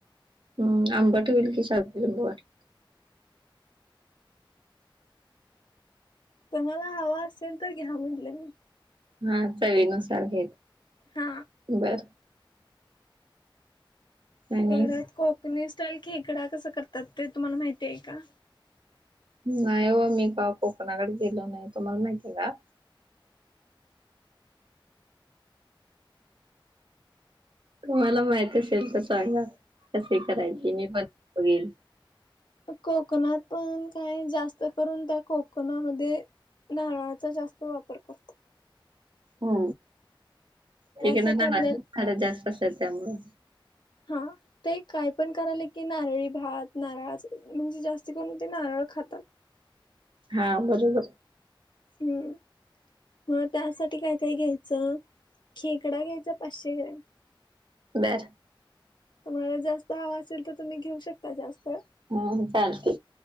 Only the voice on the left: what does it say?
तुम्हाला हवा असेल तर घ्या म्हटलं मी
हा.
परत कोकणी स्टाईल खेकडा कसा करतात ते तुम्हाला माहिती आहे का?
कोकणात पण काही जास्त करून त्या कोकणामध्ये नारळात चा जास्त वापर करतात.
त्यासाठी
आपल्याला
हा ते काय पण करायले की नारळी भात नारळा चं म्हणजे जास्ती करून ते नारळ खातात.
हम. मग त्यासाठी काय काय घ्यायचं खेकडा घ्यायचा पाचशे ग्रॅम
तुम्हाला जास्त हवा असेल तर तुम्ही घेऊ शकता जास्त.